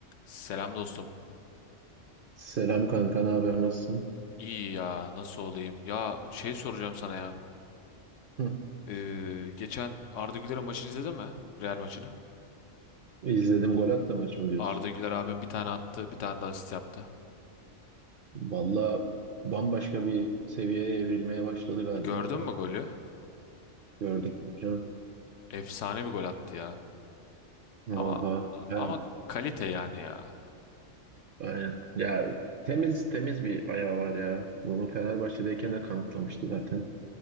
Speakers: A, on the left; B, on the right.
A: Selam dostum.
B: Selam kanka, ne haber, nasılsın?
A: İyi ya nasıl olayım? Ya şey soracağım sana ya.
B: Hı.
A: Ee, geçen Arda Güler'in maçını izledin mi? Real maçını.
B: İzledim gol attı maçı mı diyorsun?
A: Arda Güler abim bir tane attı bir tane de asist yaptı.
B: Valla bambaşka bir seviyeye evrilmeye başladı galiba
A: Gördün
B: ya.
A: mü golü?
B: Gördük mü canım.
A: Efsane bir gol attı ya.
B: Valla
A: Ama
B: ya
A: ama kalite yani ya.
B: aynen. Ya temiz temiz bir ayağı var ya. Bunu Fenerbahçe'deyken de kanıtlamıştı zaten.